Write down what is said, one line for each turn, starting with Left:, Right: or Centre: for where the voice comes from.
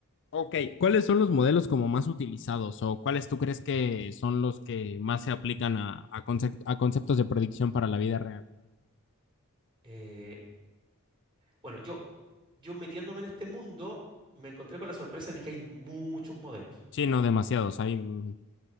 Left: Ok. ¿Cuáles son los modelos como más utilizados o cuáles tú crees que son los que más se aplican a, a, concep- a conceptos de predicción para la vida real?
Right: Eh, bueno, yo, yo metiéndome en este mundo, me encontré con la sorpresa de que hay muchos modelos.
Left: Sí, no demasiados. Hay. mm,